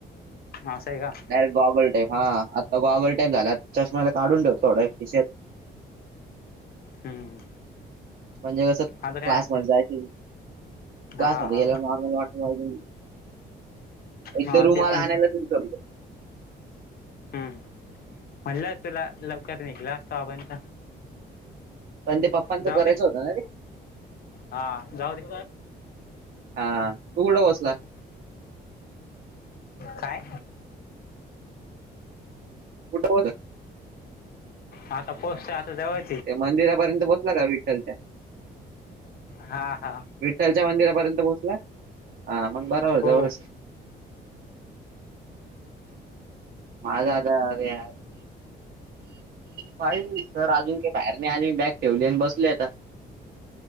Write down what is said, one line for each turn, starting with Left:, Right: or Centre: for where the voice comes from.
Left: ह स आहे का
Right: डायरेक्टॉबल टाई हा आता गॉबल टाई झालाता च्माला काढून ठेवो थोडा कशच
Left: हम्म
Right: म्हणजे कसं क्लास
Left: आता काय
Right: मध्ये जायच क्लास
Left: हा
Right: मध्ये
Left: हा
Right: गेला नॉर्मल वाट पाहिजे एक
Left: हा
Right: तर रुमाला
Left: ते पण आहे
Right: आणायला दिमत
Left: हम्म म्हणलं तुला लवकर निघला असतो आपणंत
Right: पण ते पप्पांचं
Left: जाऊ
Right: करायचं
Left: दे
Right: होत ना रे
Left: हा जाऊज
Right: हा तू कुठं बसला
Left: काय
Right: कुठं हो
Left: आता पोहचते आता जवळ
Right: ते मंदिरापर्यंत बोसला का विठ्ठलच्या
Left: हा हा
Right: विठ्ठलच्या मंदिरापर्यंत पोहोचला हा मग बरोबर जवळ
Left: हो
Right: माझा आता या पाहि सर अजून काही बाहेर नाही आले मी बॅग ठेवली आणि बसल आता